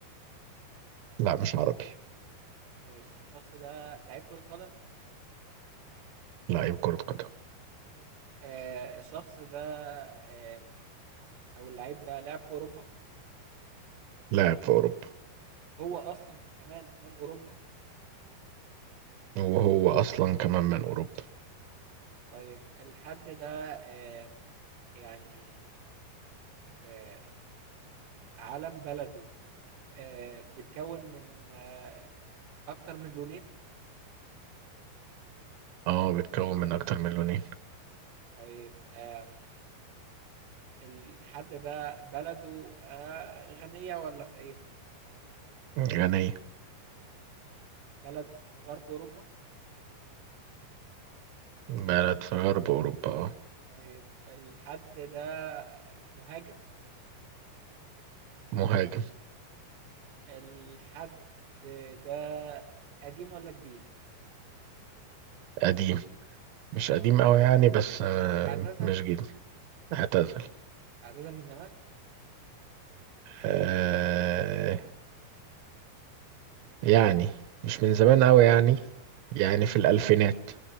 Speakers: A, on the right; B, on the right.
A: لا مش عربي
B: ماشي الشخص ده لعيب كرة قدم
A: لاعب كرة قدم
B: آه الشخص ده آم، او اللعيب ده لعب في اوروبا
A: لاعب في أوروبا
B: هو اصلا كمان من اوروبا
A: وهو أصلا كمان من أوروبا
B: طيب الحد ده آم، يعني آه علم بلده آه، بتكون من آه، أكتر من لونين
A: اه بيتكون من أكتر من لونين
B: طيب آم، الحد ده بلده آه، غنية ولا فقيرة
A: غنية
B: بلد في غرب أوروبا
A: بلد في غرب أوروبا اه
B: طيب الحد ده مهاجم
A: مهاجم
B: الحد ده قديم ولا جديد
A: قديم مش
B: آه
A: قديم أوي يعني بس آه
B: اعتزل
A: مش جديد اعتزل
B: اعتزل من زمان
A: آه يعني مش من زمان أوي يعني يعني في الألفينات